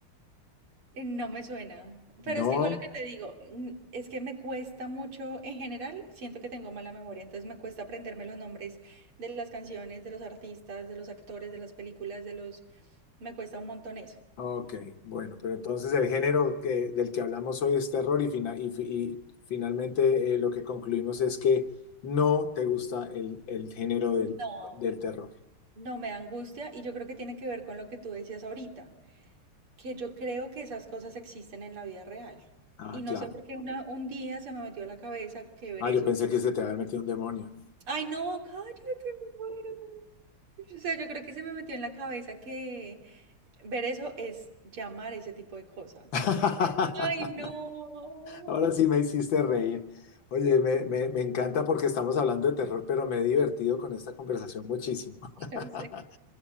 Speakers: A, on the right; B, on the left.
A: Eh, No me suena. Pero
B: No.
A: es que igual lo que te digo, mm, es que me cuesta mucho, en general, siento que tengo mala memoria, entonces me cuesta aprenderme los nombres de las canciones, de los artistas, de los actores, de las películas, de los... Me cuesta un montón eso.
B: Ok, bueno, pero entonces el género que, del que hablamos hoy es terror y, fina- y fi- y finalmente eh, lo que concluimos es que no te gusta el, el género
A: No.
B: del, del terror.
A: No, me da angustia y yo creo que tiene que ver con lo que tú decías ahorita, que yo creo que esas cosas existen en la vida real.
B: Ah,
A: Y no
B: claro.
A: sé por qué una, un día se me metió a la cabeza que ver
B: Ah,
A: eso.
B: yo pensé que se te había metido un demonio.
A: Ay, no, cállate, me muero. O sea, yo creo que se me metió en la cabeza que ver eso es llamar ese tipo de cosas.
B: <laughs>
A: Ay, no.
B: Ahora
A: <laughs>
B: sí me hiciste reír. Oye, me, me- me encanta porque estamos hablando de terror, pero me he divertido con esta conversación muchísimo. <laughs>
A: Yo sé.